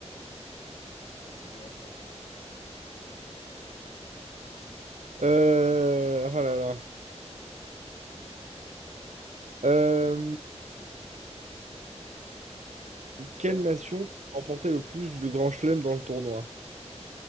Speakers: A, on the left; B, on the right.
A: Vas-y, à toi.
B: Euh... Oh là là. Euh,
A: Ouais,
B: Quelle nation
A: ouais,
B: remportait le plus de grands chelems dans le tournoi?